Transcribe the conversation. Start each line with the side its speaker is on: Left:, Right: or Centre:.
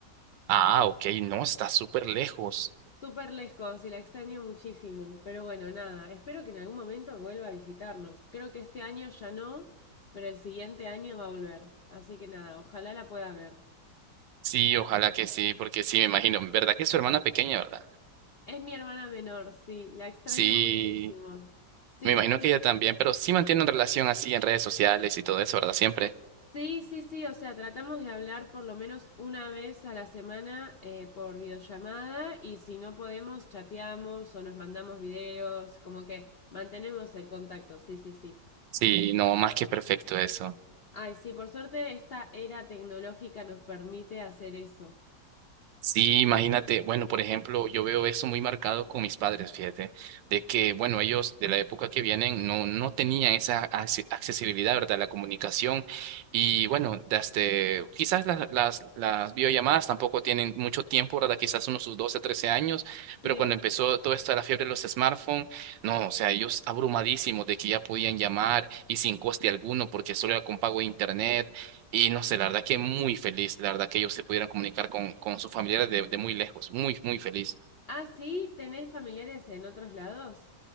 Right: Ah, ok, no, está súper lejos.
Left: Súper lejos y la extraño muchísimo. Pero bueno, nada, espero que en algún momento vuelva a visitarnos. Creo que este año ya no, pero el siguiente año va a volver. Así que nada, ojalá la pueda ver.
Right: Sí, ojalá que sí, porque sí, me imagino. ¿Verdad que es su hermana pequeña, verdad?
Left: Es mi hermana menor, sí, la extraño
Right: Sí,
Left: muchísimo. Sí,
Right: me imagino
Left: sí, sí.
Right: que ella también, pero sí mantienen relación así en redes sociales y todo eso, ¿verdad? Siempre.
Left: Sí, sí, sí, o sea, tratamos de hablar por lo menos una vez a la semana eh, por videollamada y si no podemos, chateamos o nos mandamos videos, como que mantenemos el contacto, sí, sí, sí.
Right: Sí, no, más que perfecto eso.
Left: Ay, sí, por suerte esta era tecnológica nos permite hacer eso.
Right: Sí, imagínate, bueno, por ejemplo, yo veo eso muy marcado con mis padres, fíjate, de que, bueno, ellos de la época que vienen no, no tenían esa acce- accesibilidad, ¿verdad? La comunicación y, bueno, desde, quizás las, las, las videollamadas tampoco tienen mucho tiempo, ¿verdad? Quizás unos sus 12, 13 años,
Left: Sí.
Right: pero cuando empezó todo esto de la fiebre de los smartphones, no, o sea, ellos abrumadísimos de que ya podían llamar y sin coste alguno porque solo era con pago de internet y no sé, la verdad que muy feliz, la verdad que ellos se pudieran comunicar con, con sus familiares de, de muy lejos, muy, muy feliz.
Left: Ah, sí, ¿tenés familiares en otros lados?